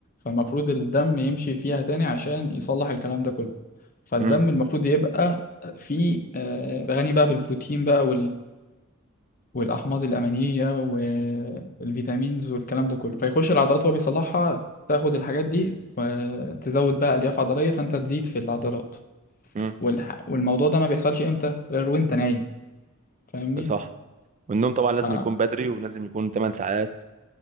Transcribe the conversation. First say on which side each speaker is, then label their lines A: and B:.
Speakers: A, on the left (about 40°); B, on the right (about 35°).
A: فالمفروض الدم يمشي فيها تاني عشان يصلح الكلام ده كله فالدم
B: امم
A: المفروض يبقى فيه آه، غني بقى بالبروتين بقى والاحماض الامينيه والفيتامينز والكلام ده كله فيخش العضلات وهو بيصلحها تاخد الحاجات دي وتزود بقى الياف عضليه فانت تزيد في العضلات
B: امم
A: والح... والموضوع ده ما بيحصلش امتى غير وانت نايم فاهمني
B: صح والنوم طبعا لازم
A: ف...
B: يكون بدري ولازم يكون 8 ساعات